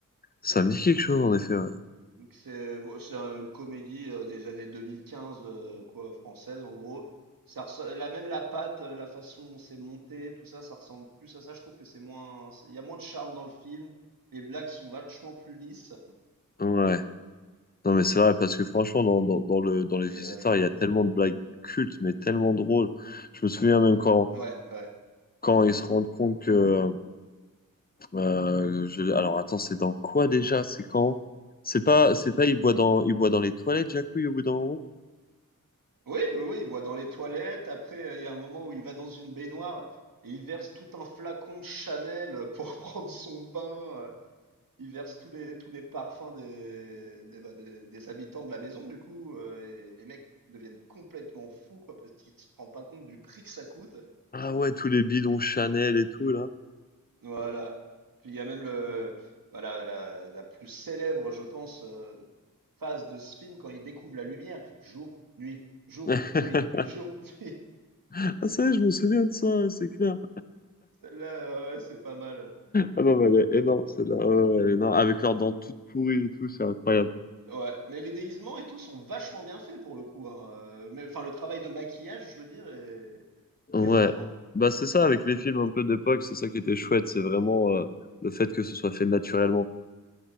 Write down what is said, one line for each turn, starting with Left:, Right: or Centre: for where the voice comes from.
Left: Ça me dit quelque chose en effet, ouais.
Right: Donc c'est c'est une comédie, heu, des années 2015, heu, quoi, française en gros. Ça ressem la même la patte, heu, la façon dont c'est monté, tout ça, ça ressemble plus à ça. Je trouve que c'est moins c'est il y a moins de charme dans le film. Les blagues sont vachement plus lisses
Left: Ouais. Non mais c'est vrai, parce que franchement, dans, dans, dans le, dans les
Right: et
Left: visiteurs,
Right: heu, donc
Left: il y a tellement de blagues cultes, mais tellement drôles. Je me souviens même quand,
Right: ouais, ouais.
Left: quand ils se rendent compte que, euh, Euh, je- Alors attends, c'est dans quoi déjà? C'est quand? C'est pas, c'est pas, il boit dans, il boit dans les toilettes, Jacouille, au bout d'un moment?
Right: Oui, oui, oui, il boit dans les toilettes. Après, heu, il y a un moment où il va dans une baignoire et il verse tout un flacon de Chanel, euh, pour <laughs> prendre son bain, euh, Ils versent tous les tous les parfums des des, bah, des des habitants de la maison du coup, heu et les mecs deviennent complètement fous quoi, parce qu'ils se rendent pas compte du prix que ça coûte.
Left: Ah ouais, tous les bidons Chanel et tout, là.
Right: Voilà. Puis il y a même le bah, la la la plus célèbre je pense, heu, phase de ce film quand il découvre la lumière, il fait: «Jour, nuit, jour,
Left: <laughs>
Right: nuit, jour, <laughs> nuit».
Left: Ah ça, y est, je me souviens de ça, c'est clair.
Right: Celle-là, ouais, ouais, c'est pas mal,
Left: Ah non, mais elle est énorme, celle-là. Ouais, ouais, elle est énorme. Avec leurs dents toutes pourries et tout, c'est incroyable.
Right: Ouais, mais les déguisements et tout sont vachement bien faits pour le coup, hein, heu, mais enfin le travail de maquillage je veux dire est est
Left: Ouais.
Right: très fort, hein.
Left: Bah c'est ça, avec les films un peu d'époque, c'est ça qui était chouette, c'est vraiment euh, le fait que ce soit fait naturellement.